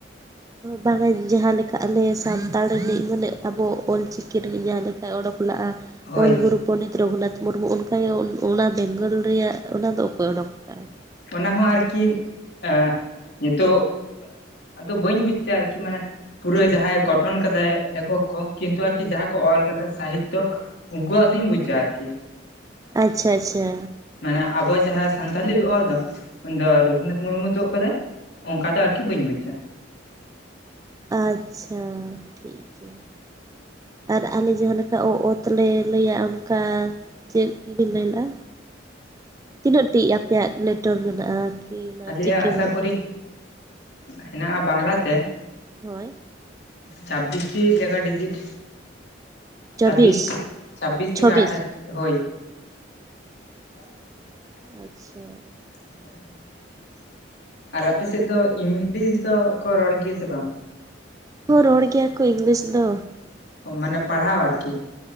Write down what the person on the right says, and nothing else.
ᱵᱟᱝᱟ ᱡᱟᱦᱟᱸ ᱞᱮᱠᱟ ᱟᱞᱮ ᱥᱟᱱᱛᱟᱲ ᱨᱤᱱᱤᱡ ᱢᱟᱱᱮ ᱟᱵᱚ ᱚᱞᱪᱤᱠᱤ ᱨᱤᱱᱤᱡ ᱡᱟᱦᱟᱸ ᱞᱮᱠᱟ ᱚᱰᱳᱠ ᱞᱟᱜᱼᱟ
ᱚᱞ ᱜᱩᱨᱩ ᱯᱚᱱᱰᱤᱛ ᱨᱚᱜᱷᱩᱱᱟᱛᱷ ᱢᱩᱨᱢᱩ ᱚᱱᱠᱟᱜᱮ ᱚᱱᱟ ᱵᱮᱝᱜᱚᱞ ᱨᱮᱭᱟᱜ ᱚᱱᱟ ᱫᱚ ᱚᱠᱚᱭ ᱚᱰᱳᱠ ᱟᱠᱟᱜᱼᱟ?
ᱦᱳᱭ
ᱟᱪᱪᱷᱟ ᱟᱪᱪᱷᱟ
ᱟᱪᱪᱷᱟ ᱴᱷᱤᱠ ᱜᱮᱭᱟ ᱟᱨ ᱟᱞᱮ ᱡᱟᱦᱟᱸ ᱞᱮᱠᱟ ᱚ ᱚᱛ ᱞᱮ ᱞᱟᱹᱭᱟ ᱚᱱᱠᱟ ᱪᱮᱫ ᱵᱤᱱ ᱞᱟᱹᱭ ᱞᱮᱫᱼᱟ ᱛᱤᱱᱟᱹᱜ ᱴᱤ ᱟᱯᱮᱭᱟᱜ ᱞᱮᱴᱚᱨ ᱢᱮᱱᱟᱜᱼᱟ ᱠᱤ ᱚᱱᱟ
ᱪᱤᱠᱤ
ᱢᱮᱱᱟᱜᱼᱟ
ᱦᱳᱭ
ᱪᱚᱵᱵᱤᱥ
ᱪᱷᱚᱵᱵᱤᱥ
ᱟᱪᱪᱷᱟ
ᱦᱚᱸ ᱨᱚᱲ ᱜᱮᱭᱟ ᱠᱚ ᱤᱝᱞᱤᱥ ᱫᱚ